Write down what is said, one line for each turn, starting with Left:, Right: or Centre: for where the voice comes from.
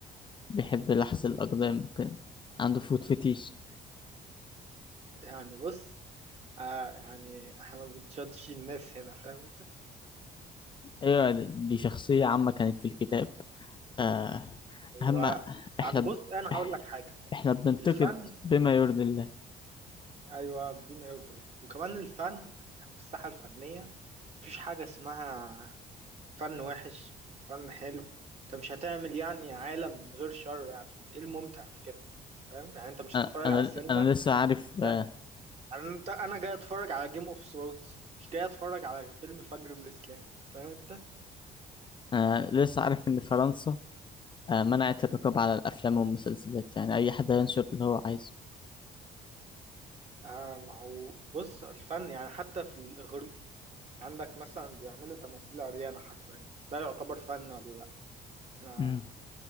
Left: بيحب لحس الأقدام وكده. عنده فوت فتيش
Right: يعني بص آه يعني إحنا ما بنشدش الناس هنا فاهم أنت؟
Left: أيوة دي شخصية عامة كانت في الكتاب آه،
Right: أيوة
Left: أهم إحنا
Right: يعني
Left: ب...
Right: بص أنا هقول
Left: إح-
Right: لك حاجة
Left: إحنا بننتقد
Right: الفن
Left: بما يرضي الله
Right: ايوه بما يرضي الله وكمان الفن يعني في الساحه الفنيه مفيش حاجه اسمها فن وحش فن حلو انت مش هتعمل يعني عالم من غير شر يعني ايه الممتع في كده فاهم يعني انت مش
Left: أنا
Right: هتتفرج
Left: أنا
Right: على السينما
Left: أنا لسه عارف
Right: لا
Left: آه،
Right: يعني انت انا جاي اتفرج على جيم اوف ثرونز مش جاي اتفرج على فيلم فجر الاسلام فاهم انت
Left: أنا لسه عارف إن فرنسا آه، منعت الرقابة على الأفلام والمسلسلات يعني أي حد ينشر اللي هو عايزه
Right: آه ما هو بص الفن يعني حتى في الاغريق عندك مثلا بيعملوا تماثيل عريانه حرفيا ده يعتبر فن ولا لا انا
Left: مم.